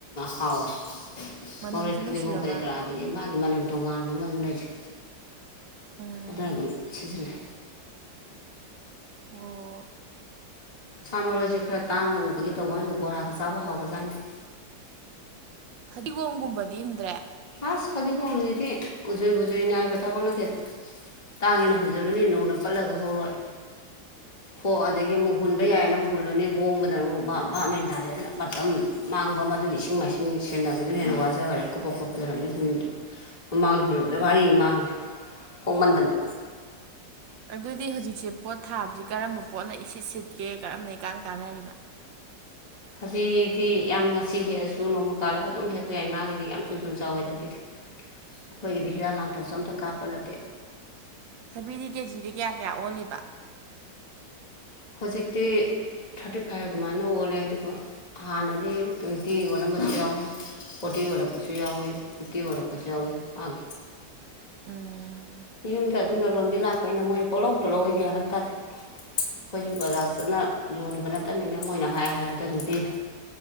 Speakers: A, on the left; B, on the right.
A: ꯍꯥꯎꯋꯦ
B: ꯃꯅꯝꯁꯨ
A: ꯃꯔꯣꯏ
B: ꯅꯨꯡꯁꯤꯔꯒ
A: ꯐꯗꯤꯒꯣꯝ ꯀꯔꯤ ꯀꯔꯥꯥ ꯑꯗꯒꯤ ꯃꯥꯒꯤ ꯃꯅꯝ ꯇꯣꯉꯥꯟꯕ ꯑꯃ ꯑꯗꯨꯝ ꯂꯩꯁꯦ
B: ꯎꯝ
A: ꯑꯗꯨꯅ ꯑꯗꯨꯝ ꯁꯤꯖꯤꯟꯅꯩ
B: ꯑꯣ
A: ꯁꯥ ꯃꯔꯣꯏꯁꯦ ꯈꯔ ꯇꯥꯡꯅ ꯎꯕꯒꯤ ꯇꯧꯕ ꯍꯥꯏꯅꯤꯗ ꯕꯣꯔꯥꯒ ꯆꯥꯕꯥ ꯍꯥꯥꯎꯒꯖꯥꯠꯅꯤꯗ ꯑꯁꯤ
B: ꯐꯗꯤꯒꯣꯝꯒꯨꯝꯕꯗꯤ ꯍꯨꯟꯗ꯭ꯔꯦ
A: ꯑꯁ ꯐꯗꯤꯒꯣꯝꯖꯤꯗꯤ ꯎꯖꯣꯏ ꯕꯨꯖꯣꯏ ꯅꯥꯏꯕꯥ ꯊꯕꯛ ꯅꯠꯇꯦꯗ ꯇꯥꯡꯉꯦꯅ ꯍꯨꯟꯖꯤꯜꯂꯨꯅꯦ ꯅꯣꯡꯅ ꯄꯠꯂꯒ ꯍꯧꯔꯣꯏ ꯍꯣ ꯑꯗꯒꯤ ꯑꯃꯨꯛ ꯍꯨꯟꯕ ꯌꯥꯏꯅ ꯑꯃꯨꯛ ꯍꯨꯜꯂꯨꯅꯤ ꯍꯣꯡꯕꯗꯅ ꯑꯃꯨꯛ ꯚꯥꯞꯃꯦꯟ ꯇꯥꯗꯦ ꯑꯗꯨꯅ ꯃꯇꯝ ꯃꯥꯡꯕ ꯃꯗꯨꯒꯤ ꯏꯁꯤꯡ ꯃꯥꯏꯁꯤꯡ ꯁꯦꯟꯅꯕꯗ ꯑꯗꯨꯅ ꯍꯦꯟꯅ ꯋꯥꯖꯈꯔꯦ ꯀꯨꯞꯄ ꯈꯣꯠꯄꯗꯨꯅ ꯑꯩꯩꯅ ꯍꯨꯟꯗꯦ ꯃꯃꯥꯡꯗ ꯍꯨꯜꯂꯨꯕꯗ ꯥꯚꯥꯔꯤꯃꯥ ꯃꯥꯡꯈ꯭ꯔꯦ ꯍꯣꯡꯃꯟꯗꯅ
B: ꯑꯗꯨꯗꯤ ꯍꯧꯖꯤꯛꯁꯦ ꯄꯣꯠ ꯊꯥꯕꯁꯤ ꯀꯔꯝꯕ ꯄꯣꯠꯅ ꯏꯁꯤꯠ ꯁꯤꯠꯀꯦ ꯀꯔꯝꯕꯅ ꯢꯀꯥꯟ ꯀꯥꯟꯅꯔꯤꯕ
A: ꯊꯕꯤꯗꯤ ꯌꯥꯝ ꯉꯁꯤ ꯍꯦꯛꯑꯁꯨ ꯅꯣꯡꯃ ꯀꯥꯜꯂꯒ ꯑꯗꯨꯝ ꯍꯦꯛꯄ ꯌꯥꯏ ꯃꯥꯒꯤꯗꯤ ꯌꯥꯝ ꯊꯨꯅ ꯊꯨꯅ ꯆꯥꯎꯋꯦ ꯊꯕꯤꯗꯤ ꯑꯈꯣꯏꯒꯤꯗꯤ ꯍꯤꯗꯥ ꯂꯥꯡꯊꯛꯁꯨ ꯑꯝꯇ ꯀꯥꯞꯄ ꯅꯠꯇꯦ
B: ꯊꯕꯤꯗꯤ ꯀꯦꯖꯤꯗ ꯀꯌꯥ ꯀꯌꯥ ꯑꯣꯜꯂꯤꯕ
A: ꯍꯧꯖꯤꯛꯇꯤ ꯊꯥꯔꯇꯤ ꯐꯥꯏꯚ ꯑꯗꯨꯃꯥꯏꯅ ꯑꯣꯜꯂꯦ ꯑꯗꯨꯒ ꯍꯥꯟꯅꯗꯤ ꯇ꯭ꯋꯦꯟꯇꯤ ꯑꯣꯜꯂꯝꯕꯁꯨ ꯌꯥꯎꯋꯤ ꯐꯣꯔꯇꯤ ꯑꯣꯜꯂꯛꯄꯁꯨ ꯌꯥꯎꯏꯤ ꯐꯤꯐꯇꯤ ꯑꯣꯜꯂꯛꯄꯁꯨ ꯌꯥꯎꯏ ꯃꯥꯦ
B: ꯎꯝ
A: ꯌꯨꯝꯗ ꯑꯗꯨꯝꯅ ꯂꯣꯟꯗꯤ ꯂꯥꯛꯄꯅꯤꯩꯅ ꯃꯣꯏꯅ ꯄꯣꯛꯂꯧꯗꯣ ꯂꯧꯏꯒꯦ ꯍꯜꯂꯝ ꯇꯥꯗꯗꯤ ꯑꯩꯈꯣꯏꯁꯨ ꯕꯖꯥꯔ ꯆꯠꯅ ꯌꯣꯜꯂꯨꯕ ꯅꯠꯇꯕꯅꯤꯅ ꯃꯣꯏꯅ ꯍꯥꯏ ꯍꯥꯏꯕꯗ ꯑꯗꯨꯝ ꯄꯤꯔꯦ